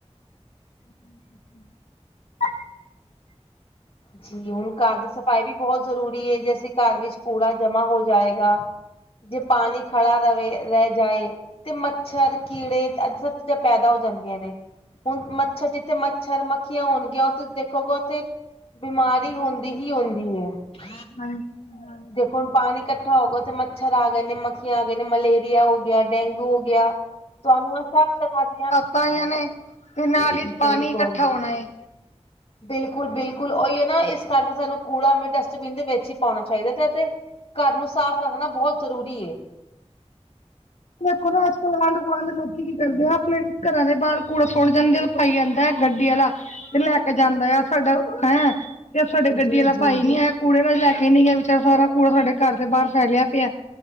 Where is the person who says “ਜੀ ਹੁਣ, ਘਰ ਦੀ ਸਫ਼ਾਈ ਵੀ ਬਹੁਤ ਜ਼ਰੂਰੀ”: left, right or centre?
Left